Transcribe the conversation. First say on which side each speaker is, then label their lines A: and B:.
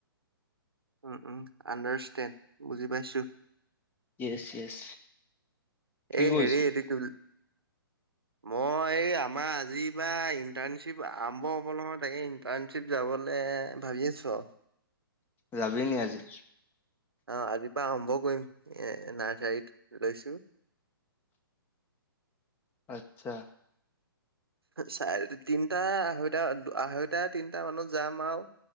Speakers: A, on the right; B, on the left.
A: উম উম আণ্ডাৰ ইচতেন বুজি পাইছোঁ।
B: য়ছ য়ছ, কি
A: এই
B: কৰিছ?
A: হেৰি এইটো কি বুলি মই এই আমাৰ আজি বা ইণ্টাৰ্ণশ্বিপ আৰম্ভ হ'ব নহয় তাকে ইণ্টাৰ্ণশ্বিপ যাব। অকলে ভাবি আছোঁ আৰু।
B: যাবি নি আজি?
A: অহ আজি পৰা আৰম্ভ কৰিম। এ ন জাইত লৈছো।
B: আচ্ছা।
A: চাৰে তিনটা আঢ়ৈটা আঢ়ৈটা তিনটা মানত যাম আৰু।